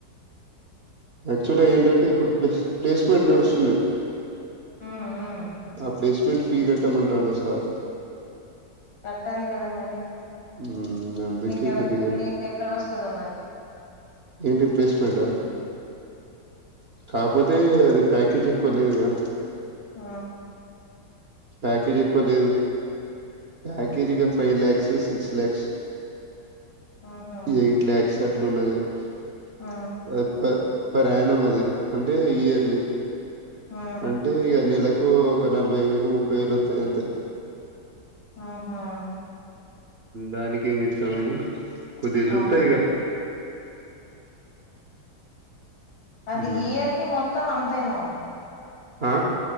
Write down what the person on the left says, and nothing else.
ఉమ్, ఉమ్.
కట్టాలి కదా మరి
నీకెడ
నీకెక్కడొస్తదో మరి
ఆ
ఆహా
ఆ
ఆ
ఆహా
ఆ
అది
ఈ ఇయర్ కి మొత్తం అంత అమౌంట్